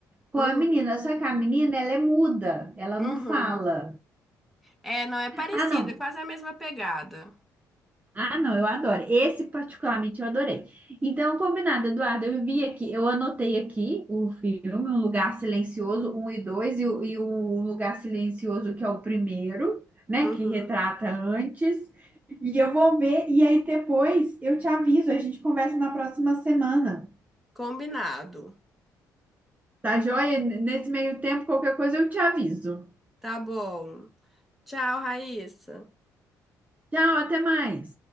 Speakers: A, on the right (about 20°); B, in the centre.
A: com
B: Uhum.
A: a menina. Só que a menina, ela é muda, ela
B: Uhum.
A: não fala.
B: É, não é parecido,
A: Ah, não,
B: é quase a mesma pegada.
A: Ah, não, eu adoro. Esse particularmente eu adorei. Então, combinado, Eduardo, eu vi aqui, eu anotei aqui o filme, Um Lugar Silencioso, um e dois e, o e o Um Lugar Silencioso, que é o primeiro, né,
B: Uhum.
A: que retrata antes. E eu vou ver, e aí depois eu te aviso, a gente conversa na próxima semana.
B: Combinado.
A: Tá joia? Nesse meio tempo, qualquer coisa eu te aviso.
B: Tá bom. Tchau, Raíssa.
A: Tchau, até mais.